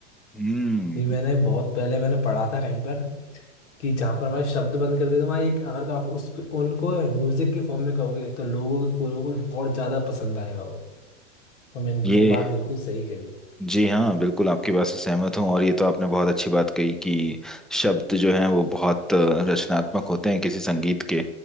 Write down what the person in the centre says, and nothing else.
हम्म
ये
जी हाँ बिल्कुल आपकी बात से सहमत हूँ और ये तो आपने बहुत अच्छी बात कही कि शब्द जो हैं वो बहुत अ, रचनात्मक होते हैं किसी संगीत के